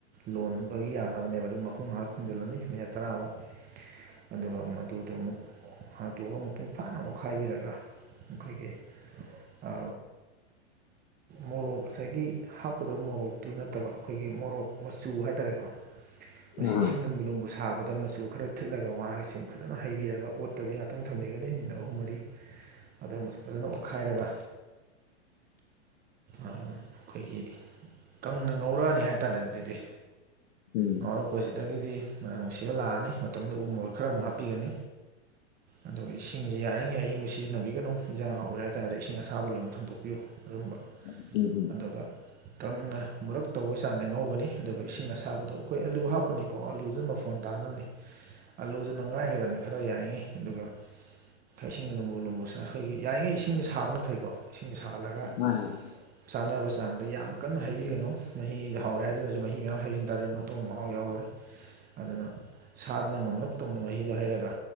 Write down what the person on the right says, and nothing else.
ꯂꯣꯟꯕꯒꯤ ꯌꯥꯔꯕꯅꯦꯕ ꯑꯗꯨ ꯃꯈꯨꯝ ꯉꯥꯏꯍꯥꯛ ꯈꯨꯝꯖꯤꯜꯂꯅꯤ ꯃꯤꯅꯠ ꯇꯔꯥꯃꯨꯛ ꯑꯗꯨꯒ ꯃꯗꯨꯗꯣ ꯑꯃꯨꯛ ꯍꯥꯡꯇꯣꯛꯑꯒ ꯃꯄꯨꯡ ꯐꯥꯅ ꯑꯣꯠꯈꯥꯏꯕꯤꯔꯒ ꯑꯩꯈꯣꯏꯒꯤ ꯑ ꯃꯣꯔꯣꯛ ꯉꯁꯥꯏꯒꯤ ꯍꯥꯞꯀꯗꯕ ꯃꯣꯔꯣꯛꯇꯨ ꯅꯠꯇꯕ ꯑꯩꯈꯣꯏꯒꯤ ꯃꯣꯔꯣꯛ ꯃꯆꯨ ꯍꯥꯏꯇꯥꯔꯦꯀꯣ ꯃꯁꯤ
ꯏꯁꯤꯡ ꯂꯨꯝꯕꯨ ꯂꯨꯝꯕꯨ ꯁꯥꯕꯗ ꯃꯆꯨ ꯈꯔ ꯊꯤꯠꯂꯒ ꯉꯍꯥꯛꯁꯤꯡ ꯐꯖꯅ ꯍꯩꯕꯤꯔꯒ ꯑꯣꯠꯇꯕꯤ ꯉꯍꯥꯛꯇꯪ ꯊꯝꯕꯤꯒꯅꯤ ꯃꯤꯅꯠ ꯑꯍꯨꯝ ꯃꯔꯤ ꯑꯗꯨꯒ ꯐꯖꯅ ꯑꯣꯠꯈꯥꯏꯔꯒ ꯑ ꯑꯩꯈꯣꯏꯒꯤ ꯀꯪꯅ ꯉꯧꯔꯛꯑꯅꯤ ꯍꯥꯏꯇꯥꯔꯦ ꯑꯗꯨꯗꯤ
ꯉꯥꯎꯔꯛꯄꯁꯤꯗꯒꯤꯗꯤ ꯅꯨꯡꯁꯤꯕ ꯂꯥꯛꯑꯅꯤ ꯃꯇꯝꯗ ꯎꯃꯣꯔꯣꯛ ꯈꯔ ꯑꯃꯨꯛ ꯍꯥꯞꯄꯤꯒꯅꯤ ꯑꯗꯨꯒ ꯏꯁꯤꯡꯁꯤ ꯌꯥꯔꯤꯉꯩ ꯑꯌꯪꯕ ꯁꯤꯖꯤꯟꯅꯕꯤꯒꯅꯨ ꯏꯟꯖꯥꯡ ꯍꯥꯎꯒꯦ ꯍꯥꯏꯇꯥꯔꯗꯤ ꯏꯁꯤꯡ ꯑꯁꯥꯕ ꯂꯨꯝꯃ ꯊꯝꯗꯣꯛꯄꯤꯌꯨ ꯑꯔꯨꯝꯕ
ꯑꯗꯨꯒ ꯀꯪꯅ ꯃꯨꯔꯞ ꯇꯧꯕꯩ ꯆꯥꯡꯗ ꯉꯧꯒꯅꯤ ꯑꯗꯨꯒ ꯏꯁꯤꯡ ꯑꯁꯥꯕꯗꯣ ꯑꯩꯈꯣꯏ ꯑꯥꯂꯨ ꯍꯥꯞꯀꯅꯤ ꯀꯣ ꯑꯥꯂꯨꯗꯨ ꯃꯐꯣꯟ ꯇꯥꯅꯕꯅꯤ ꯑꯥꯂꯨꯗꯨꯅ ꯉꯥꯏꯒꯗꯕꯅꯤ ꯈꯔ ꯌꯥꯔꯤꯉꯩ ꯑꯗꯨꯒ ꯀ ꯏꯁꯤꯡ ꯂꯨꯝꯕꯨ ꯂꯨꯝꯕꯨꯁ ꯑꯩꯈꯣꯏꯒꯤ ꯌꯥꯔꯤꯉꯩ ꯏꯁꯤꯡꯁꯦ ꯁꯥꯕꯅ ꯐꯩꯀꯣ ꯏꯁꯤꯡꯁꯦ ꯁꯥꯍꯜꯂꯒ
ꯆꯥꯟꯅꯕ ꯆꯥꯡꯗ ꯌꯥꯝ ꯀꯟꯅ ꯍꯩꯕꯤꯒꯅꯨ ꯃꯍꯤꯗ ꯍꯥꯎꯋꯦ ꯍꯥꯏꯗꯅꯁꯨ ꯃꯍꯤ ꯃꯌꯥꯝ ꯍꯩꯖꯤꯟ ꯇꯥꯔꯗꯤ ꯃꯇꯣꯡ ꯃꯍꯥꯎ ꯌꯥꯎꯔꯣꯏ ꯑꯗꯨꯅ ꯁꯥꯗꯨꯅ ꯉꯝꯂꯞ ꯇꯧꯅ ꯃꯍꯤꯗꯣ ꯍꯩꯔꯒ